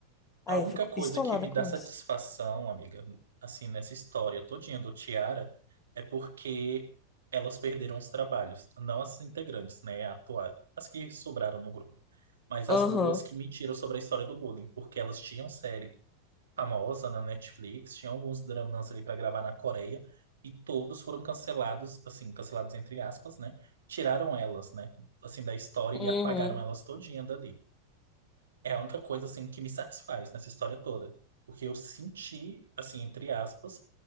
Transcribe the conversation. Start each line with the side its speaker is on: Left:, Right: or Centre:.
Right: A
Left: Aí
Right: única
Left: eu fico
Right: coisa
Left: pistolada
Right: que me dá
Left: com
Right: satisfação,
Left: isso.
Right: amiga, assim, nessa história todinha do Tiara, é porque elas perderam os trabalhos. Não as integrantes, né, atuar, as que sobraram no grupo. Mas as
Left: Aham.
Right: duas que mentiram sobre a história do bullying, porque elas tinham série famosa na Netflix, tinha alguns dramas ali para gravar na Coreia e todos foram cancelados, assim, cancelados entre aspas, né? Tiraram elas, né, assim da história
Left: Uhum.
Right: e apagaram elas todinha dali. É a única coisa assim que me satisfaz nessa história toda, porque eu senti, assim, entre aspas,